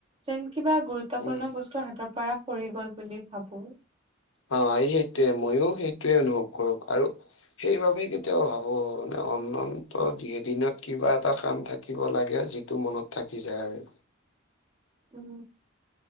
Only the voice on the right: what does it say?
যেন কিবা গুৰুত্বপূৰ্ণ
বস্তু হাতৰ পৰা সৰি গ'ল বুলি ভাবো।
<inaudible> উম।